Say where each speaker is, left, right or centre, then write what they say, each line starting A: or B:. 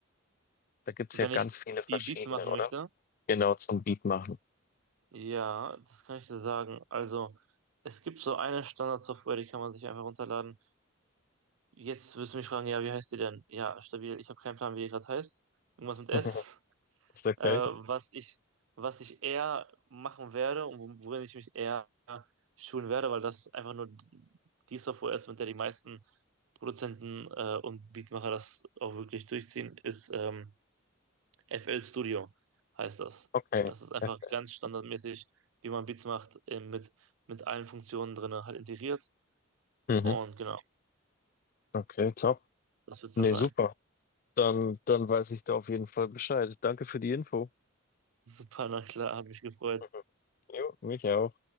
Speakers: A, on the left; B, on the right.
A: Da gibt es
B: Wenn
A: ja ganz
B: ich
A: viele verschiedene,
B: die Beats machen
A: oder?
B: möchte,
A: Genau, zum Beat machen.
B: Ja, das kann ich dir sagen. Also, es gibt so eine Standardsoftware, die kann man sich einfach runterladen. Jetzt wirst du mich fragen, ja, wie heißt die denn? Ja, stabil. Ich habe keinen Plan, wie die gerade heißt. Irgendwas mit S.
A: <laughs> Ist okay.
B: Äh, was ich, was ich eher machen werde und wo- worin ich mich eher schulen werde, weil das einfach nur die Software ist, mit der die meisten Produzenten äh, und Beatmacher das auch wirklich durchziehen, ist ähm, FL Studio heißt das.
A: Okay,
B: Das ist einfach
A: FNs.
B: ganz standardmäßig, wie man Beats macht, eben mit, mit allen Funktionen drin halt integriert.
A: Mhm.
B: Und genau,
A: Okay, top.
B: das wird es
A: Nee,
B: dann sein.
A: super. Dann, dann weiß ich da auf jeden Fall Bescheid. Danke für die Info.
B: <laughs> Super, na klar, habe mich gefreut.
A: Mhm. Jo, mich auch.